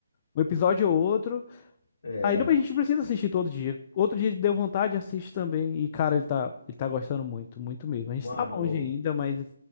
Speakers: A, on the left; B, on the left.
A: um episódio ou outro.
B: É,
A: Aí não, mas a gente precisa assistir todo dia. Outro dia deu vontade, assiste também. E, cara, ele tá, ele tá gostando muito, muito mesmo. A gente
B: mano,
A: tá longe
B: eu-
A: ainda, mas ele